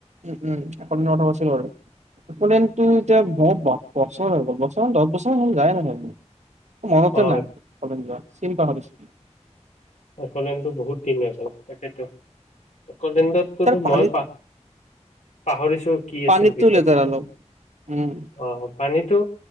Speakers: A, on the right; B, on the left.
A: উম, উম, এখন নটা বছৰ হ'ল। এক'লেণ্ডটো এতিয়া বহুত ভক পক বছৰ হৈ গ'ল, দছ বছৰ হ'ল যায়ে নাপালোঁ। মনতে
B: অ
A: নাই এক'লেণ্ড যোৱা চিন পাহৰিছোঁ।
B: এক'লেণ্ডটো বহুত দিন আছিল তাকেতো। এক'লেণ্ডতো
A: তাৰ পানীত
B: মই প পাহৰিছোঁ কি
A: পানীতো
B: আছিল ভিতৰত
A: লেতেৰা অলপ উম
B: আহ পানীতটো